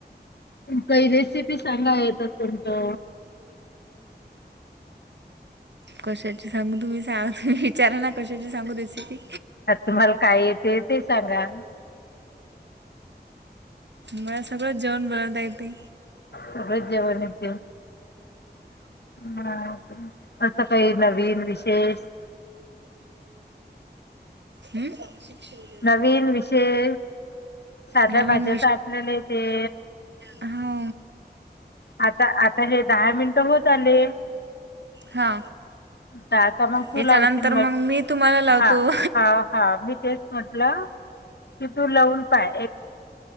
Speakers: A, on the left (about 70°); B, on the right (about 85°).
A: काही रेसिपी सांगा येत असेल तर.
B: कशाची सांगू तुम्ही सांग तुम्ही विचारा ना कशाची सांगू रेसिपी
A: आ तुम्हाला काय येते ते सांगा.
B: म सगळं जेवण बनवता येते.
A: सगळच जेवण येते. ह असं काही नवीन विशेष
B: हम् शिक्षन घे.
A: नवीन विषय साध्या
B: नवीन
A: भाज्याचा आपल्याला ते.
B: हा
A: आता आता हे दहा मिनिट होत आले.
B: हा
A: तर आता मग तू
B: त्याच्यानंतर
A: लावशील
B: मग मी तुम्हाला लावतो.
A: हा हा हा मी तेच म्हटलं की तू लवून पाय